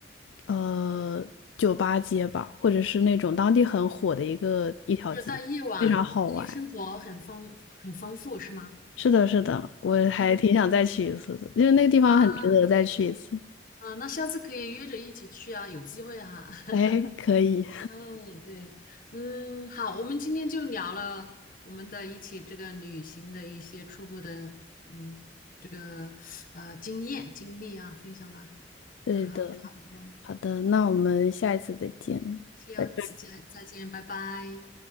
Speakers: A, on the left (about 85°); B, on the left (about 50°).
A: 呃，酒吧街吧，或者是那种当地很火的一个一条街，
B: 就是到夜晚，
A: 非常好玩。
B: 夜生活很丰很丰富，是吗？
A: 是的，是的，我还挺想再去一次的，
B: 嗯
A: 因为那个地方很值得再去一次。
B: 啊，可以。啊，那下次可以约着一起去啊，有机会哈、<laughs>
A: 哎，可以，
B: 嗯，对，嗯，好，我们今天就聊了我们的一起这个旅行的一些初步的，嗯，这个呃经验经历啊，分享了，
A: <laughs> 对的，
B: 然后差不多，
A: 好的，那我们下一次再见，
B: 是要此见再见，
A: 拜。
B: 拜拜。